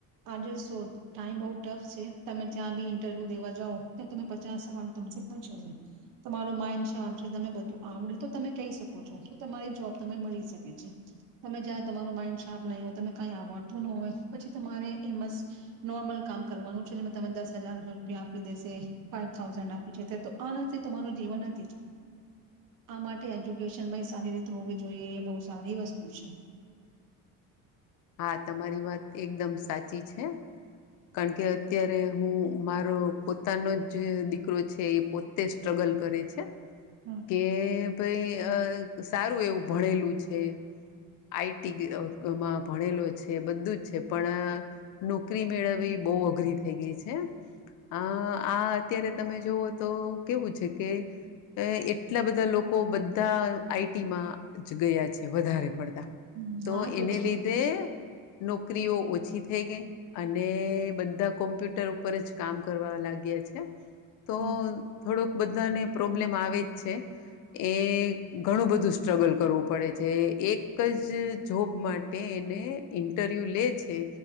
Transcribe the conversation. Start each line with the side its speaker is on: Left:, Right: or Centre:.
Right: આજો ટાઈમ બઉુ ટફ છે તમે ત્યાં બી ઇન્ટરવ્યુ દેવા જાવ ત્યા તમે પચાસ સવાનું તમે હછો ન તમારું માઇન્ડ શદ તમે બધું આવડે તો તમે કહી શકો છો તો તમારી જોબ તમે મળી શકે છે તમે જ તમારું માઈન્ડ શાર્પ નહીં હોય તમે કઈ આવડતું ન હોય પછી તમારે એ મસ્ નોર્મલ કામ કરવાનું છે જે તમે દસ હજાર રૂપિયા આપી દેશે ફાઈવ થાઉઝન્ડ આપી જ તો આનાથી તમારું જીવન અ આ માટે એજ્યુકેશન સારી રીતે હોવી જોઈએ એ બહ સારી વસ્તુ છે
Left: હા તમારી વાત એકદમ સાચી છે કારણ કે અત્યારે હું મારો પોતાનો જ જે દીકરો છે એ પોતે સ્ટ્રગલ કરે છે
Right: હમ
Left: કે ભઈ સારું એવું ભણેલું છે આઈટીમાં ભણેલો છે બધું જ છે પણ નોકરી મેળવી બહુ અઘરી થઈ ગઈ છે આ આ અત્યારે તમે જોવ તો કેવું છે કે એટલા બધા લોકો બધા આઈટીમાં જ ગયા છે વધારે પડતા
Right: હમ હા તો
Left: એને
Right: છે
Left: લીધે નોકરીઓ ઓછી થઈ ગઈ અને બધા કોમ્પ્યુટર ઉપર જ કામ કરવા લાગ્યા છે તો
Right: હમ.
Left: થોડોક બધાને પ્રોબ્લેમ આવે જ છે એ ઘણું બધું સ્ટ્રગલ કરવું પડે છે એક જ જોબ માટે એને ઇન્ટરવ્યૂ લે છે